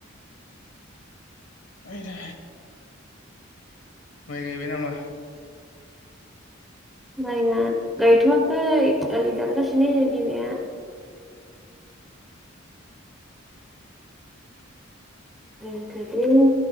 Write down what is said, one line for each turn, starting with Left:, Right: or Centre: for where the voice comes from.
Left: आयदै माइ गायबाय नामा
Centre: माइया गायथ'वाखै आलि दानगासिनो बिमाया। हामथारदों